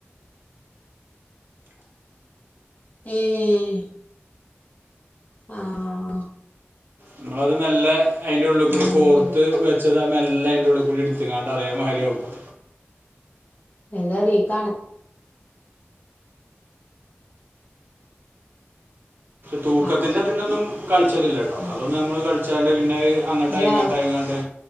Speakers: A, on the left; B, on the right.
A: ഏഹ് ആഹ്
B: നിങ്ങളത് മെല്ലെ അയ്ന്റെ ഉള്ളിക്കൂടി
A: അങ്ങനെയാണ്
B: കോർത്ത് വെച്ച തെ മെല്ലെ അയ്ന്റെ ഉള്ളികൂടി എടുത്ത്ങ്ങാണ്ട് അതേമാരി വെക്കും
A: എന്താറീക്കാണ്
B: തൂക്കത്തിൻ്റെതിനൊന്നും
A: ആ
B: കളിച്ചലില്ലട്ടോ
A: ഉം
B: അതൊന്നും നമ്മള് കളിച്ചാണ്ട് പിന്നെ അങ്ങട്ടായി
A: ഇയാള
B: ഇങ്ങട്ടായിങ്ങാണ്ട്